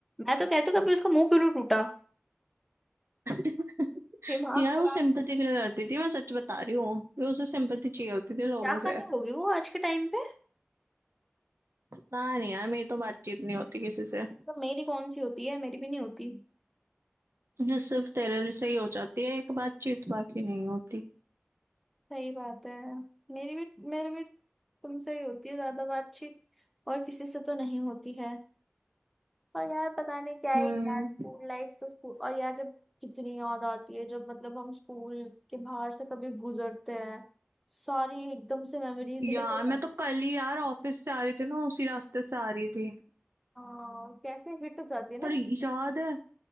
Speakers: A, in the centre; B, on the right (about 75°).
A: मैं तो कहती हूँ कभी उसका मुंह क्यों नहीं टूटा
B: <laughs>
A: दिमाग
B: यार
A: खराब
B: वो सिंपैथी के लिए करती थी मैं सच बता रही हूँ कि उसे सिंपैथी चाहिए होती थी लोगों
A: क्या करनी
B: से
A: होगी वो आज के टाइम पे
B: पता नहीं यार मेरी तो बातचीत नहीं होती किसी से
A: तो मेरी कौन सी होती है मेरी भी नहीं होती
B: ये सिर्फ तेरे लिए से ही हो जाती है एक बातचीत बाकी नहीं होती
A: सही बात है मेरी भी मेरी भी तुमसे ही होती है ज्यादा बातचीत और किसी से तो नहीं होती है और यार पता नहीं क्या
B: हम्म
A: ही यार स्कूल लाइफ तो स्कूल और यार जब कितनी याद आती है जब मतलब हम स्कूल के बाहर से कभी गुजरते हैं सारी एकदम से मेमोरीज
B: यार
A: हिट हो जाती
B: मैं तो कल
A: है
B: ही यार ऑफिस से आ रही थी ना उसी रास्ते से आ रही थी
A: हाँ कैसे हिट हो जाती है ना
B: पर
A: चीजें।
B: याद है